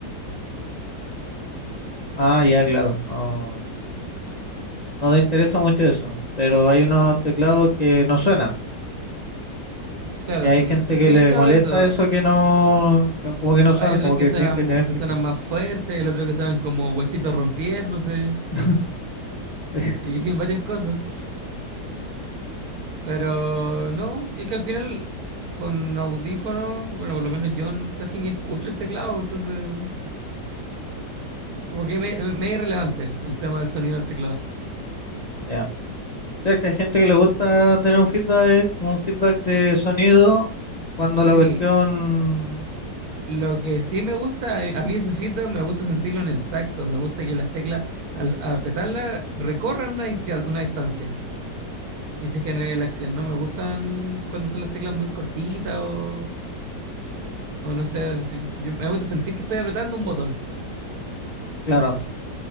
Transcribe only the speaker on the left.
Ah, ya, claro. No, no te interesa mucho eso. Pero hay unos teclados que no suenan.
Y hay
gente
que
le
molesta
eso que no, que como que no
suenan,
como
que
tienen que tener feedback.
<laughs> Sí,
ya. O sea, que hay gente que le gusta tener un feedback, un feedback de sonido cuando la
cuestión,
claro,